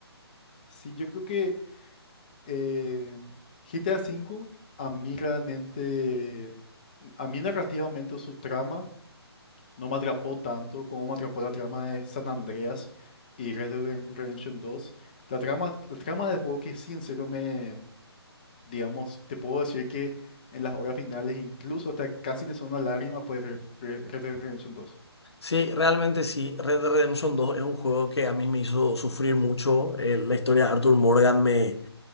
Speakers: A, on the left (about 20°); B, on the left (about 75°).
A: sí, yo creo que eh, GTA V a mí realmente, a mí narrativamente o su trama No me atrapó tanto como me atrapó la trama de San Andreas y Red Dead Redemption 2. La trama, la trama del juego que sí, en serio me, digamos, te puedo decir que en las horas finales, incluso hasta casi me sonó una lágrima, fue Re- Re- Red Dead Redemption 2.
B: Sí, realmente sí. Red Dead Redemption dos es un juego que a mí me hizo sufrir mucho. Eh, la historia de Arthur Morgan me